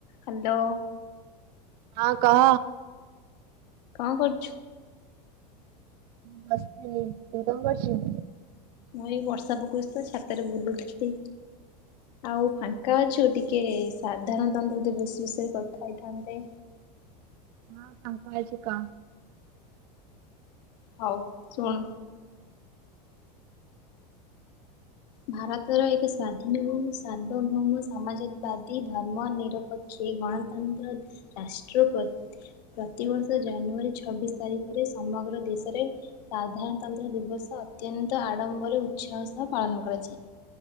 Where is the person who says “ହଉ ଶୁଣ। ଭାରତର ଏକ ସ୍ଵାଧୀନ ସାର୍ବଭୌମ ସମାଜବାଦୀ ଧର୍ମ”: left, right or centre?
Left